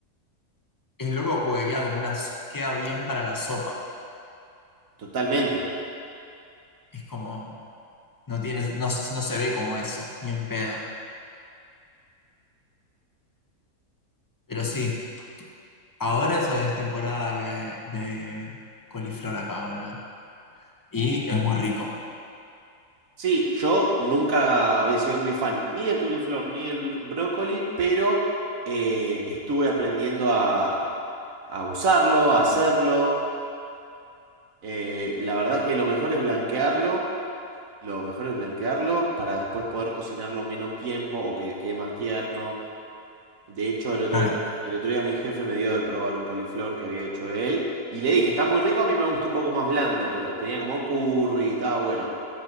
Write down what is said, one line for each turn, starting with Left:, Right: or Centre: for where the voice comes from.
Left: Es loco porque queda como una, s- queda bien para la sopa.
Right: Totalmente.
Left: Es como, no tiene, no, s- no se ve como eso, ni en pedo. Pero sí, ahora eso es temporada de, de coliflor acá, boludo. Y es muy rico,
Right: Sí, yo nunca había sido muy fan ni del coliflor ni del br- brócoli, pero eh, estuve aprendiendo a, a usarlo, a hacerlo. Eh, la verdad es que lo mejor es blanquearlo, lo mejor es blanquearlo para después poder cocinarlo menos tiempo o que quede más tierno. De hecho, el otro
Left: claro.
Right: día, el otro día mi jefe me dio de probar un coliflor que había hecho él y le dije, está muy rico, a mí me gusta un poco más blando, pero tenía como curry y estaba bueno.